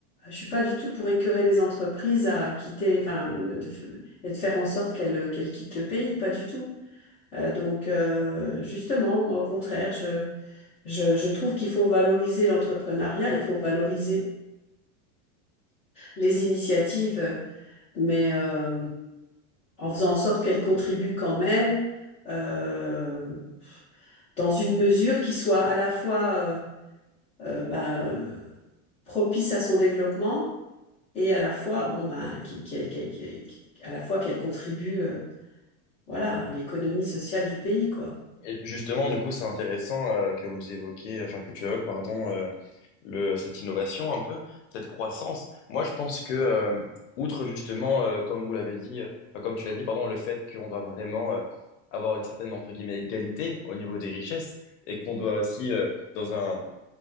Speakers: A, on the left; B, on the left.
A: je suis pas du tout pour écœurer les entreprises à quitter enfin euh, de f- et de faire en sorte qu'elles qu'elles quittent le pays, pas du tout. Euh, donc euh, justement, moi au contraire, je je, je trouve qu'il faut valoriser l'entrepreneuriat, il faut valoriser les initiatives, mais euh, en faisant en sorte qu'elles contribuent quand même euh, dans une mesure qui soit à la fois euh, euh, ben, euh, propice à son développement et à la fois bon ben qui, qui- qui- qui- qui- à la fois qu'elle contribue euh, voilà, l'économie sociale du pays, quoi.
B: Et justement, du coup, c'est intéressant euh, que vous évoquiez, enfin que tu évoques, pardon, euh, le, cette innovation un peu, cette croissance. Moi, je pense que, euh, outre justement, euh, comme vous l'avez dit, euh, enfin, comme tu l'as dit, pardon, le fait qu'on doit vraiment euh, avoir une certaine, entre guillemets, égalité au niveau des richesses et qu'on doit aussi, euh, dans un,